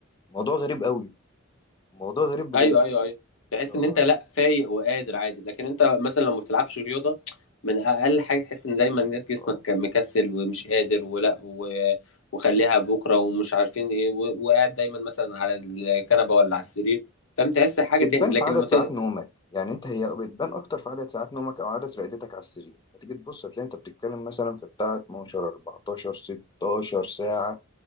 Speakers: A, on the left (about 20°); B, on the left (about 70°).
A: موضوع غريب قوي موضوع غريب بجد
B: ايوه ايوه ايوه تحس
A: اللي هو
B: ان انت لا فايق وقادر عادي لكن انت مثلا لو ما بتلعبش رياضه من اقل حاجه تحس ان دايما إنك جسمك
A: اه
B: مكسل ومش قادر ولا و... وخليها بكره ومش عارفين ايه و... وقاعد دايما مثلا على الكنبه ولا على السرير فانت تحس حاجه
A: بتبان
B: تاني لكن
A: في عدد
B: لما
A: ساعات
B: ت...
A: نومك يعني انت هي بتبان اكتر في عدد ساعات نومك او عدد رقدتك على السرير هتيجي تبص هتلاقي انت بتتكلم مثلا في بتاع 12 14 16 ساعة